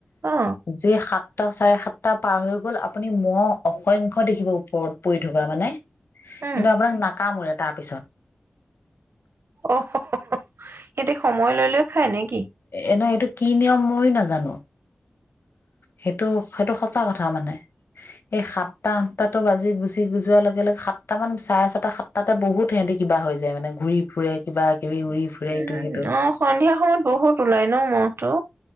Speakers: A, on the right; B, on the left.
A: অ
B: যে সা- টা চাৰেসাতটা পাৰ হৈ গল আপুনি মহ অসংখ্য দেখিব ওপৰত পৰি থকা মানে।
A: উম
B: কিন্তু আপোনাক নাকামোৰে। তাৰপিছত।
A: অ, হ, হ, হ, সেতি সময় লৈ লৈ খায় নিক
B: এনাইটোক কি নিয়ম ময়ো নাজানো। সেইটো সেইটো সঁচা কথা মানে। এই সাতটা আঠটাতো বাজি গুচি যোৱাৰ লগে লগে সাতটা মান চাৰে ছটা সাতটাতে বহুত সিহঁতি কিবা হৈ যায় মানে ঘূৰি ফুৰে কিবা কিবি উৰি ফুৰে
A: উ,
B: ইটো সিটো
A: অ', সন্ধিয়া সময়ত বহুত ওলাই ন ম'হটো।